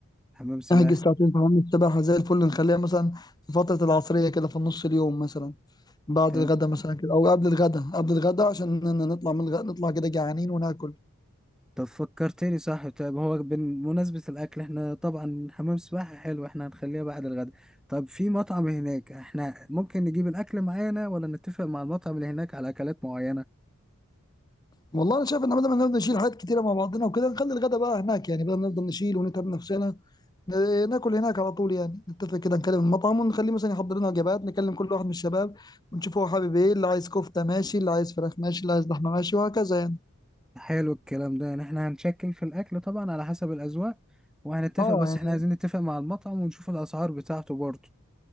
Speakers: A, in the centre; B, on the left.
A: حمام سباحة
B: احجز ساعتين في حمام السباحة زي الفل نخليها مثلا في فترة العصرية كده في نص اليوم مثلا بعد
A: تمام
B: الغدا مثلا كده او قبل الغدا قبل الغدا عشان ن- نطلع من الغدا نطلع كده جعانين وناكل
A: طب فكرتني صح طيب هو بمناسبة الأكل احنا طبعا حمام سباحة حلو احنا هنخليها بعد الغداء طب في مطعم هناك احنا ممكن نجيب الأكل معانا ولا نتفق مع المطعم اللي هناك على أكلات معينة
B: والله انا شايف ان بدل ما نفضل نشيل حاجات كتيره مع بعضنا وكده نخلي الغدا بقى هناك يعني بدل ما نفضل نشيل ونتعب نفسنا آه، ناكل هناك على طول يعني نتفق كده نكلم المطعم ونخليه مثلا يحضر لنا وجبات نكلم كل واحد من الشباب ونشوف هو حابب ايه اللي عايز كفته ماشي اللي عايز فراخ ماشي اللي عايز لحمه ماشي وهكذا يعني
A: حلو الكلام ده يعني احنا هنشكل في الأكل طبعا على حسب الأذواق وهنتفق
B: اه
A: بس
B: يعني
A: احنا عايزين نتفق مع المطعم ونشوف الأسعار بتاعته برضه